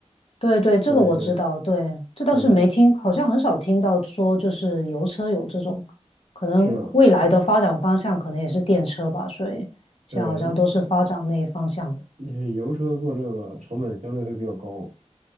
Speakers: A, on the left; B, on the right.
A: 对对，这个我知道，
B: 对对
A: 对，这倒是没听，
B: 对，
A: 好像很少听到说就是油车有这种，可能未来的发展方向可能也是电车吧，
B: 是的，
A: 所以现在好像都是发展那一方向的。
B: 对，因为油车做这个成本相对会比较高。